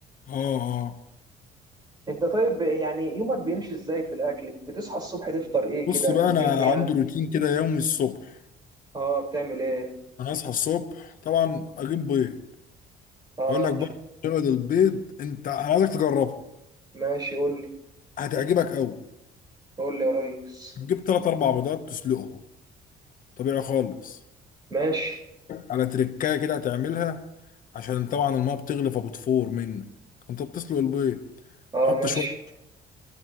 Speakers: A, on the left; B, on the right.
A: اه اه
B: انت طيب يعني يومك بيمشي ازاي في الاكل بتصحى الصبح تفطر ايه
A: بص
B: كده
A: بقى
B: كلمني
A: انا
B: يعني
A: عندي روتين كده يومي الصبح
B: اه بتعمل ايه
A: انا اصحى الصبح طبعا اجيب بيض
B: اه
A: هقول لك بقى طريقه البيض انت انا عايزك تجربها
B: ماشي قول لي
A: هتعجبك قوي
B: قول لي يا ريس
A: تجيب ثلاث اربع بيضات تسلقهم طبيعي خالص
B: ماشي
A: على تركايه كده هتعملها عشان طبعا الماء بتغلي فبتفور منك انت بتسلق البيض
B: اه
A: تحط
B: ماشي
A: شويه